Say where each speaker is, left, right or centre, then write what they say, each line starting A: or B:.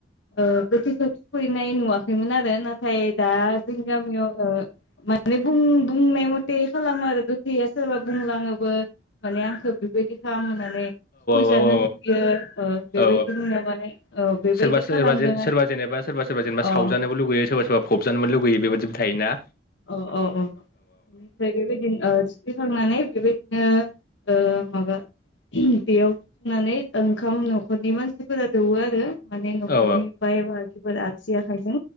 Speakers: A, on the left; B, on the left.
A: ओ गोथैखौ थुखैनाय नुवाखैमोन आरो नाथाय दा जोंनि गामियाव ओ मा माने बुं बुंनाय मते खालामो आरो गोथैया सोरबा बुंलाङोबो माने आंखो बेबायदि खामहोननानै फैजानो
B: औ औ
A: लुबैयो ओ
B: औ
A: बेबायदिनो माने औ बेबायदि
B: सोरबा सोरबा
A: खालामदों
B: जेन
A: आरो
B: सोरबा जेनेबा सोरबा सोरबा जेनेबा
A: अ
B: सावजानोबो लुगैयो सोरबा सोरबा फबजानोबो लुगैयो बेबायदिबो थायो ना?
A: अ अ अ बै बेबायदिनो ओ थुखैखांनानै बेबायदिनो ओ माबा बेयाव <unintelligible> ओंखाम न'खरनि मानसिफोरा दौवो आरो माने न'खरनिफ्राय
B: औ
A: मानसिफोरा आगसि आखाइजों